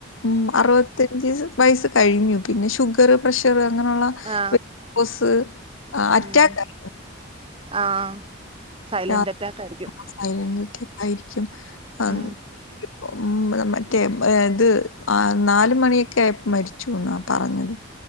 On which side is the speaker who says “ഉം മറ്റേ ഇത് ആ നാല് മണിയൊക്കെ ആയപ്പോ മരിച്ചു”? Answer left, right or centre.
Left